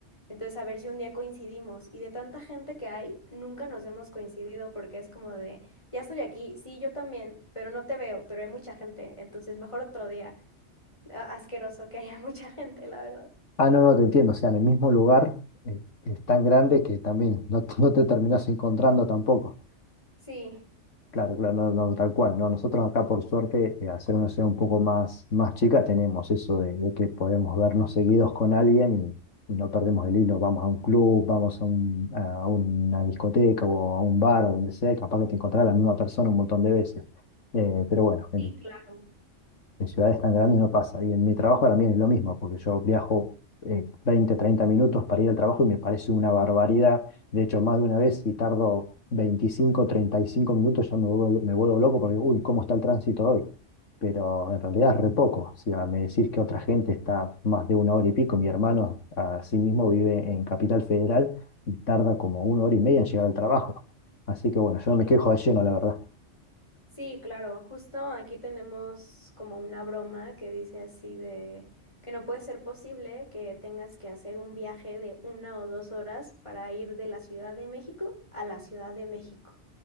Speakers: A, on the left; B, on the left.
A: Entonces a ver si un día coincidimos. Y de tanta gente que hay, nunca nos hemos coincidido porque es como de, ya estoy aquí, sí, yo también, pero no te veo, pero hay mucha gente. Entonces mejor otro día. A- Asqueroso que haya <laughs> mucha gente, la verdad.
B: Ah, no, no, te entiendo. O sea, en el mismo lugar eh, es tan grande que también no, <laughs> te no te terminás encontrando tampoco.
A: Sí,
B: Claro, claro, no, no, tal cual, ¿no? Nosotros acá, por suerte, eh, al ser una ciudad un poco más, más chica, tenemos eso de, de que podemos vernos seguidos con alguien y, y no perdemos el hilo. Vamos a un club, vamos a, un- a una discoteca o a un bar o donde sea, y capaz que te encontrás a la misma persona un montón de veces. Eh, pero bueno, en-
A: sí, claro.
B: en ciudades tan grandes no pasa. Y en mi trabajo también es lo mismo, porque yo viajo eh, 20, 30 minutos para ir al trabajo y me parece una barbaridad. De hecho, más de una vez, si tardo 25, 35 minutos, ya me vuelvo, me vuelvo loco porque, uy, ¿cómo está el tránsito hoy? Pero en realidad es re poco. O sea, me decir que otra gente está más de una hora y pico. Mi hermano, a sí mismo, vive en Capital Federal y tarda como una hora y media en llegar al trabajo. Así que bueno, yo
A: Sí.
B: no me quejo de lleno, la verdad.
A: Sí, claro, justo aquí tenemos como una broma que dice así de que no puede ser posible que tengas que hacer un viaje de una o dos horas para ir de la Ciudad de México a la Ciudad de México.